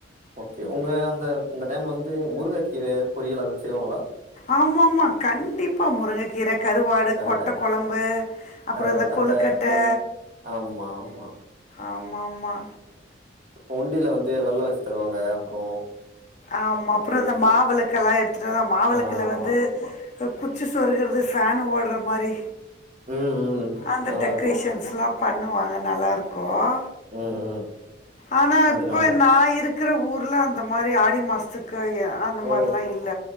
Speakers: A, on the right (about 40°); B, on the left (about 40°).
A: ஓகே உங்க அந்த அந்த டைம்ல வந்து முருங்கைக்கீரை பொரியல் அது செய்வாங்களா
B: ஆமா ஆமா கண்டிப்பா முருங்கைக்கீரை கருவாடு
A: கரெக்ட்
B: கொட்டை குழம்பு அப்புறம்
A: கரெக்ட்
B: இந்த
A: அந்த
B: கொழுக்கட்டை
A: ஆமா ஆமா
B: ஆமா ஆமா
A: ஒண்டியில வந்து வெல்லம் வச்சு தருவாங்க அப்புறம்
B: ஆமா அப்புறம் இந்த மாவிளக்கு எல்லாம் எடுத்துட்டோம் அ மாவிளக்குல
A: ஆமா
B: வந்து இந்த குச்சி சொருகூறது ஃபேன் ஓடுற மாதிரி
A: ம் ம்
B: அந்த
A: நல்லா
B: டெக்ரேஷன்ஸ்லாம்
A: இருக்கு
B: பண்ணுவாங்க நல்லா இருக்கும்
A: ம் ம்
B: ஆனா
A: அது
B: இப்ப
A: நல்லா
B: நா இருக் குற ஊர்ல அந்த மாரி ஆடி மாசத்துக்கு எ அந்த
A: ஓ
B: மாரிலா இல்ல